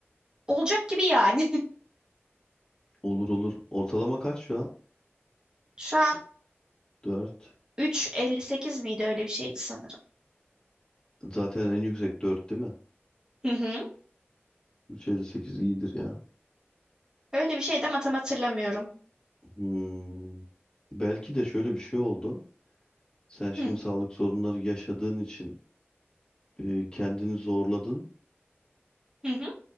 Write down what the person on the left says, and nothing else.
Olur olur. Ortalama kaç şu an?
4.
Zaten en yüksek 4 değil mi?
3.58 iyidir ya.
Hmm. Belki de şöyle bir şey oldu. Sen şimdi
sağlık sorunları yaşadığın için e, kendini zorladın